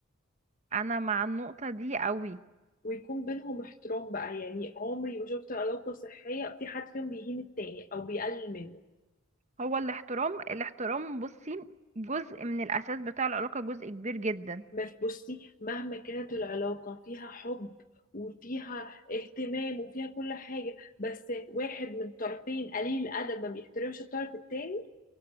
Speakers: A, on the right; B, on the left.
A: انا مع النقطه دي قوي
B: ويكون بينهم احترام بقى يعني عمري ما شفت علاقة صحية في حد فيهم بيهين التاني او بيقلل منه
A: هو الاحترام الاحترام بصي جزء من الأساس بتاع العلاقة جزء كبير جدا
B: بس بصي مهما كانت العلاقة فيها حب وفيها اهتمام وفيها كل حاجة بس واحد من الطرفين قليل الأدب ما بيحترمش الطرف التاني